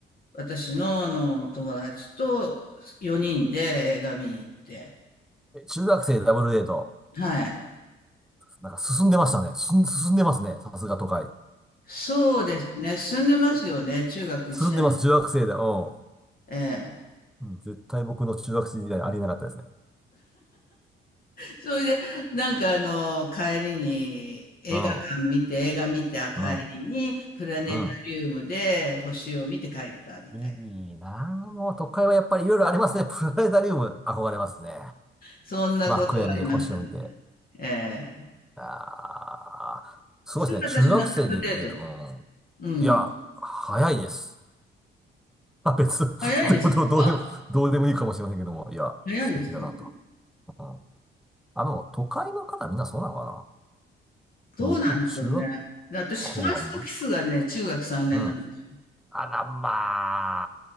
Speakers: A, on the left; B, in the centre.
A: 私のあの、友達と4人で映画見に行って。
B: え、中学生ダブルデート。
A: はい。
B: なんか進んでましたね。進ん、進んでますね。さすが都会。
A: そうですね。進んでますよね。中学1年。
B: 進んでます。中学生で。うん。
A: ええ。
B: うん絶対僕の中学生時代ありえなかったですね。
A: それで、なんかあの、帰りに、映画館見て、
B: うん。
A: 映画見た帰りに、
B: うん。
A: プラネタリウムで星を見て帰ったみたいな。
B: うん。いいなぁ。もう都会はやっぱりいろいろありますね。プラネタリウム憧れますね。
A: そんなことがありましたね。
B: 真っ暗闇で星を見て。
A: ええ。
B: ああ、すごいですね。
A: それが私の初デートです。
B: 中学生でデート。
A: うん。
B: うん。いや、早いです。まあ、別、<laughs>
A: 早いですか？
B: どう、どうどうでも、どうでもいいかもしれませんけども、いや、
A: 早いですかね。
B: 素敵だなと。うん。あの、都会の方みんなそうなのかな
A: どうなんでしょうね。
B: 僕、中学
A: で、私ファーストキスがね、
B: 校は、ま、
A: 中学3年なんですよ。
B: うん。あら、ま